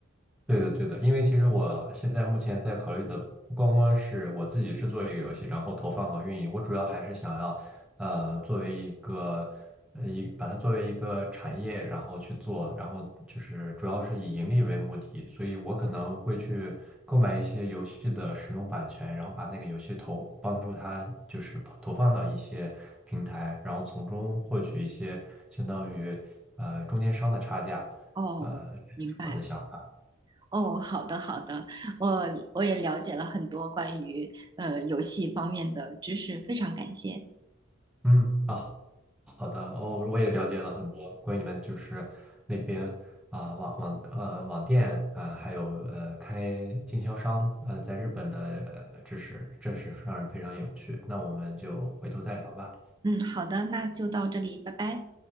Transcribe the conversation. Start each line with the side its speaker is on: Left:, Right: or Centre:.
Centre: 对的，对的，因为其实我现在目前在考虑的不光光是我自己制作一个游戏，然后投放和运营，我主要还是想要，呃，作为一个，呃，一把它作为一个产业，然后去做，然后就是主要是以盈利为目的，所以我可能会去购买一些游戏的使用版权，然后把那个游戏投，帮助它就是投放到一些平台，然后从中获取一些相当于呃中间商的差价，
Right: 哦，
Centre: 呃，这就是我的想法。
Right: 明白。哦，好的好的，我我也了解了很多关于呃游戏方面的知识，非常感谢。
Centre: 嗯啊，好的，哦，我也了解了很多关于你们就是那边啊、网网呃网店啊、还有呃开经销商呃在日本的呃知识，这是让人非常有趣。那我们就回头再聊吧，
Right: 嗯，好的，那就到这里，拜拜。